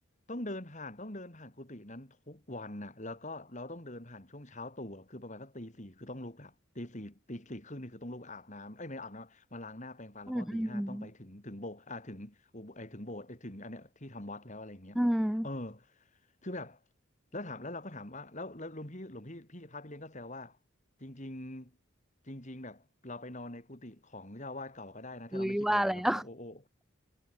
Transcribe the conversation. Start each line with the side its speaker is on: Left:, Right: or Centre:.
Left: ต้องเดินผ่านต้องเดินผ่านกุฏินั้นทุกวันน่ะแล้วก็เราต้องเดินผ่านช่วงเช้าตู่อะคือประมาณสักตีสี่คือต้องลุกอะตีสี่ตีสี่ครึ่งนี่คือต้องลุกอาบน้ำเอ้ยไม่อาบน้ำมาล้างหน้าแปรงฟันแล้วพอตีห้าต้องไปถึงถึงโบสถ์อ่าถึงอุโบไอถึงโบสถ์ไอ้ถึงอันเนี้ยที่ทำวัดแล้วอะไรเงี้ยเออ
Centre: อืมอืมอืม
Left: คือแบบแล้วถามแล้วเราก็ถามว่าแล้วแล้วหลวงพี่หลวงพี่พี่พระพี่เลี้ยงก็แซวว่าจริงๆจริงๆแบบเราไปนอนในกุฏิของเจ้าอาวาสเก่าก็ได้นะถ้าเราไม่คิดอะไรอะผมบอกโอ้โอ้
Centre: อุ้ยว่าแล้ว